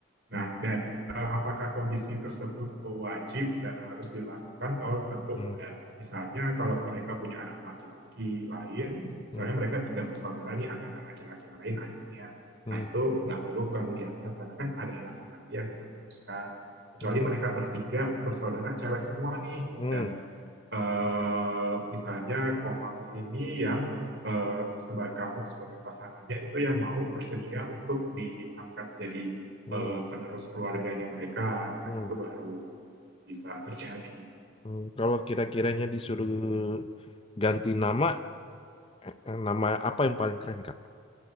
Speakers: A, on the left (about 25°); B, on the right (about 60°).
A: Hmm,
B: Nah, dan uh, apakah kondisi tersebut wajib dan harus dilakukan? Oh, tentu
A: hmm,
B: enggak. Misalnya kalau mereka
A: hmm,
B: punya anak laki-laki lain, misalnya
A: hmm,
B: mereka tiga bersaudara nih, ada anak laki-laki lain adiknya.
A: hmm,
B: Nah, itu nggak perlu kamu diangkat karena kan ada laki-laki yang untuk meneruskan. Kecuali
A: hmm,
B: mereka bertiga bersaudara cewek semua nih
A: hmm,
B: dan eh, misalnya Komang ini yang eh, sebagai kamu sebagai pasangannya itu yang mau bersedia untuk diangkat jadi
A: hmm,
B: eh, penerus keluarganya mereka. Nah,
A: hmm,
B: itu baru bisa terjadi.
A: hmm. Kalau kira-kiranya disuruh ganti nama, eh, eh, nama apa yang paling keren, Kak?